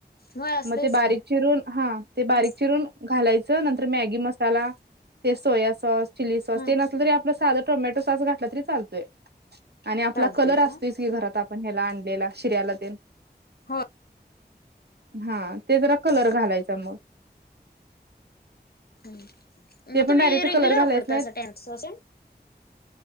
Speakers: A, on the left; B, on the right.
A: होय असतंयच
B: मग ते बारीक
A: की
B: चिरून हा ते बारीक
A: हा
B: चिरून घालायचं नंतर तर मॅगी मसाला, ते सोया सॉस, चिली सॉस
A: हा
B: ते नसलं तरी आपलं साध टोमॅटो सॉस घातलं तरी चालतय आणि आपला
A: चालतंय
B: कलर असतोयच
A: का?
B: की घरात पण ह्याला आणलेला शिऱ्याला तेन
A: होय
B: हा ते जरा कलर घालायचा मग
A: मग
B: ते पण
A: तुम्ही
B: डायरेक्ट
A: रेग्युलर
B: कलर घालायच
A: वापरता
B: नाहीत
A: अस टॅमाटो सॉस तेन